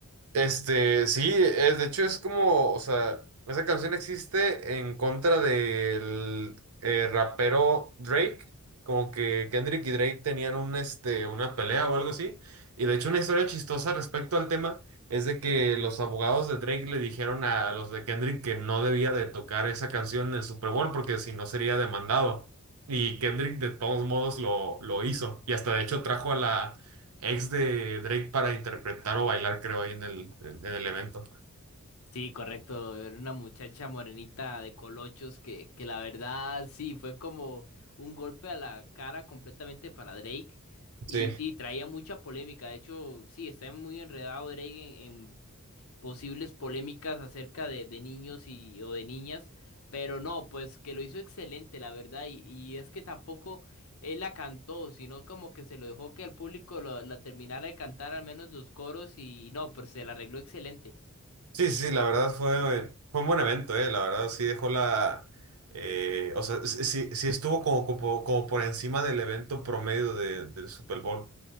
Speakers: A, on the right; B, on the left.
A: Este, sí, es, de hecho es como, o sea, esa canción existe en contra del eh, rapero Drake, como que Kendrick y Drake tenían un, este, una pelea o algo así, y de hecho una historia chistosa respecto al tema es de que los abogados de Drake le dijeron a los de Kendrick que no debía de tocar esa canción en el Super Bowl porque si no sería demandado, y Kendrick de todos modos lo, lo hizo, y hasta de hecho trajo a la ex de Drake para interpretar o bailar, creo, ahí en el, en el evento.
B: Sí, correcto. Era una muchacha morenita de colochos que, que la verdad sí fue como un golpe a la cara completamente para Drake. Y
A: Sí,
B: sí, traía mucha polémica. De hecho, sí, está muy enredado Drake en, en posibles polémicas acerca de, de niños y, o de niñas. Pero no, pues que lo hizo excelente, la verdad. Y, y es que tampoco él la cantó, sino como que se lo dejó que el público lo- la terminara de cantar, al menos los coros. Y no, pues se la arregló excelente.
A: sí, sí, la verdad fue, fue un buen evento, eh, la verdad sí dejó la... eh, o sea, sí, sí- sí estuvo como, como, como por encima del evento promedio de- del Super Bowl.